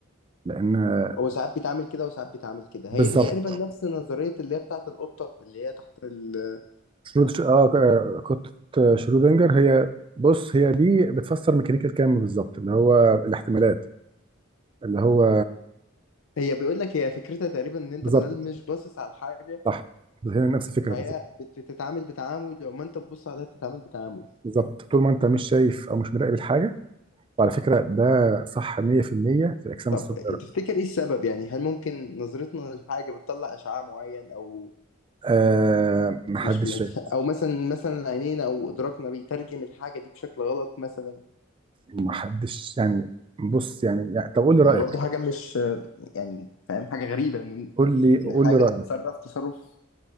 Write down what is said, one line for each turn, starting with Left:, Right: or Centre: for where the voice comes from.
Right: لان آه،
Left: هو ساعات بيتعامل كده وساعات بيتعامل كده
Right: بالظبط
Left: هي دي تقريبا نفس نظرية اللي هي بتاعة القطة اللي هي تحت ال
Right: شرود اه آه، قطه شرودنجر هي بص هي دي بتفسر ميكانيكا الكم بالظبط اللي هو الاحتمالات اللي هو
Left: هي بيقول لك هي فكرتها تقريبا ان انت
Right: بالظبط
Left: بدل مش باصص على الحاجة
Right: صح هي نفس الفكره
Left: فهي
Right: بالظبط
Left: بت- بتتعامل بتعامل لو ما انت بتبص عليها بتتعامل بتعامل
Right: بالظبط طول ما انت مش شايف او مش مراقب الحاجه وعلى فكره ده صح 100% في المية في الاجسام
Left: طب
Right: الصغيره
Left: تفتكر ايه السبب يعني هل ممكن نظرتنا للحاجة بتطلع اشعاع معين او
Right: آه محدش
Left: مش مدف...
Right: شايف
Left: او مثلا مثلا عينينا او ادراكنا بيترجم الحاجة دي بشكل غلط مثلا
Right: محدش يعني بص يعني, يعني طب قول لي
Left: ما
Right: رأيك
Left: هي برضو حاجة مش يعني فاهم حاجة غريبة ان
Right: قول لي قول
Left: ان الحاجة
Right: لي رأيك
Left: تتصرف تصرف